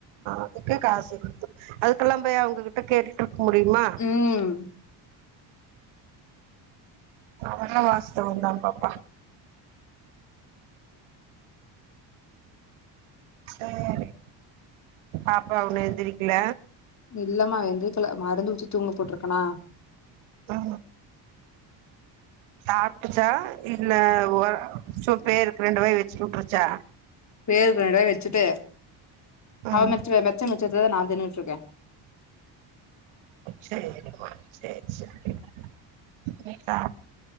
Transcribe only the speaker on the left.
ம்
இல்லம்மா ஏந்த்ரிக்கல மருந்து ஊத்தி தூங்க போட்டிருக்கனா
பேருக்கு ரெண்டு வாய் வெச்சுட்டு
அவ மெச்ச மெச்ச மிச்சத்தைதா நா தின்னுட்ருக்கே